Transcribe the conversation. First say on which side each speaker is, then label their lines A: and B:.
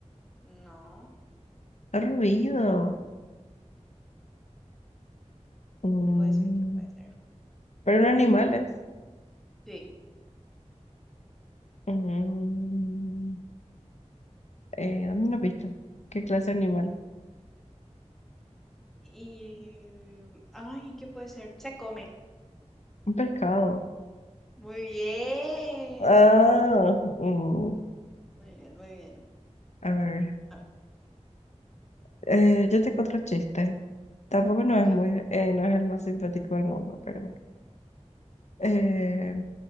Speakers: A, in the centre; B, on the left.
A: No,
B: ruido. Mm,
A: ¿qué puede ser? ¿Qué puede ser?
B: pero no animales.
A: Sí.
B: Mm, eh, dame una pista. ¿Qué clase de animal?
A: Y... Ay, ¿qué puede ser? Se come.
B: Un pescado.
A: Muy bien.
B: Ah, mm,
A: Muy bien, muy bien.
B: a ver.
A: Ah,
B: Eh, yo tengo otro chiste. Tampoco no
A: ok.
B: es muy, eh, no es el más simpático del mundo, pero bueno. Eh,